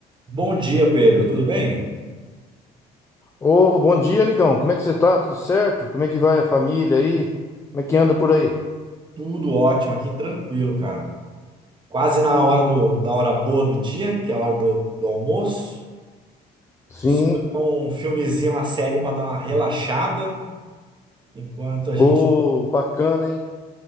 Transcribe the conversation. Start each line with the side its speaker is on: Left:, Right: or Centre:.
Right: Bom dia, Pedro. Tudo bem?
Left: Ô, bom dia, amigão. Como é que você tá? Tudo certo? Como é que vai a família aí? Como é que anda por aí?
Right: Tudo ótimo aqui, tranquilo, cara. Quase na hora do, da hora boa do dia, que é a hora do, do almoço.
Left: Sim.
Right: Escolhi um filmezinho, uma série para dar uma relaxada. Enquanto a gente.
Left: Ô, bacana, hein?